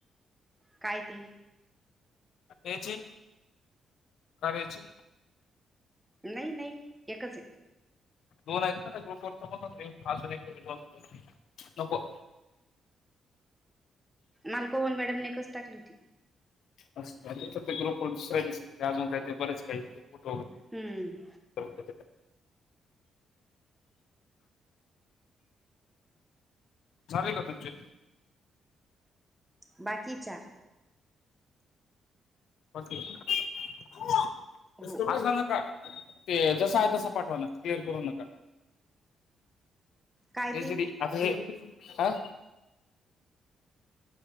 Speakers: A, in the centre; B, on the left.
A: काय ते?
B: तेची, खरेची
A: नाही नाही एकचय
B: दोन हायेत ना त्या ग्रुप आजुन एक नको
A: मालकोहन मॅडमने एकच टाकली होती
B: थ ते ग्रुप वर दुसऱ्या दिस अजून काही ते बरेच काही फोटो
A: हम्म
B: वगैरे झाले का तुमचे?
A: बाकीय चार
B: <unintelligible> असनका
A: हो
B: ते जस आहे तस पाठवा ना क्लिअर करू नका.
A: काय
B: हेच
A: ते
B: आता हे <unintelligible> हा